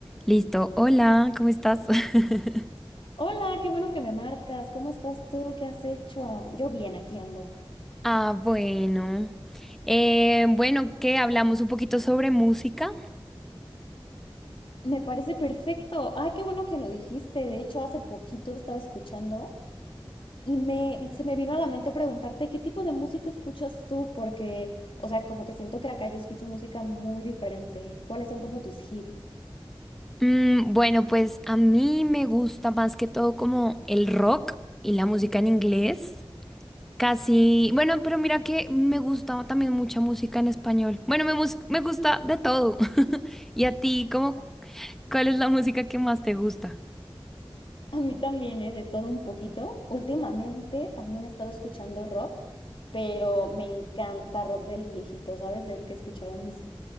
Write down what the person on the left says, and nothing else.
Hola, qué bueno que me marcas. ¿Cómo estás tú? ¿Qué has hecho? Yo bien, aquí ando.
Me parece perfecto. Ay, qué bueno que lo dijiste. De hecho, hace poquito estaba escuchando y me se me vino a la mente preguntarte qué tipo de música escuchas tú, porque, o sea, como que siento que acá yo escucho música muy diferente. ¿Cuáles son como tus hits?
A mí también, ¿eh? De todo un poquito. Últimamente también he estado escuchando rock, pero me encanta rock del viejito, ¿sabes? Del que escuchaba en mis